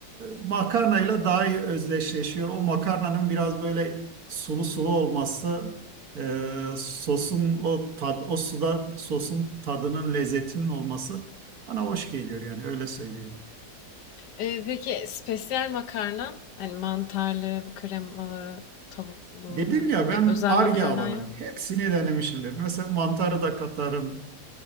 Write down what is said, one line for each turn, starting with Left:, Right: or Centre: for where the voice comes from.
Right: e, makarnayla daha iyi özdeşleşiyor. O makarnanın biraz böyle sulu sulu olması e, sosun o tad, o suda sosun tadının lezzetinin olması bana hoş geliyor yani öyle söyleyeyim.
Left: Ee, peki spesiyel makarnan hani mantarlı, kremalı, tavuklu
Right: Dedim
Left: hani
Right: ya
Left: böyle
Right: ben
Left: bir özel
Right: Ar-Ge
Left: makarna
Right: alanım.
Left: ya.
Right: Hepsini denemişimdir. Mesela mantarı da katarım.